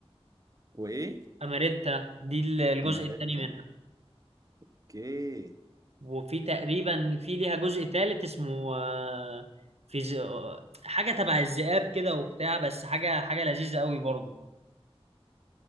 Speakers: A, on the right; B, on the right.
A: وايه
B: أماريتا دي ال- الجزء
A: اماريتا
B: التاني منها
A: اوكي
B: وفي تقريبا في ليها جزء تالت اسمه آه، في ز... آه، حاجة تبع الذئاب كده وبتاع بس حاجة حاجة لذيذة قوي برضه